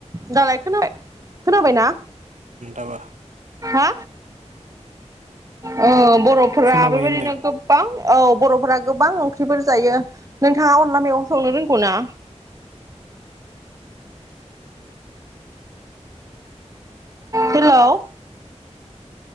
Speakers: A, on the right; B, on the right.
A: दालाय खोनाबाय खोनाबाय ना?
B: आबा
A: हा ओ बर'फोरा
B: खोनाबाय
A: बेबायदिनो
B: होनदों
A: गोबां औ बर'फोरा गोबां ट्रिफोर जायो नोंथाङा अनला मेव संनो रोंगौ ना? हेल'।